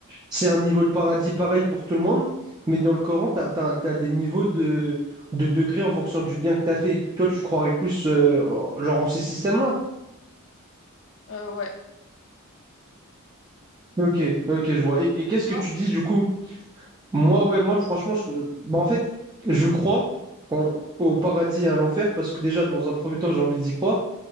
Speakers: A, on the right (about 20°); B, on the left (about 60°).
A: c'est un niveau de paradis pareil pour tout le monde, mais dans le Coran, tu as, des niveaux de, de degré en fonction du bien que tu as fait. Toi, tu croirais plus euh, genre en ces systèmes-là?
B: euh, ouais.
A: Ok, ok, je vois. Et, et qu'est-ce
B: Et toi?
A: que tu dis du coup? Moi, ouais, moi, franchement, je... bah, en fait, je crois en- au paradis et à l'enfer parce que déjà, dans un premier temps, j'ai envie d'y croire.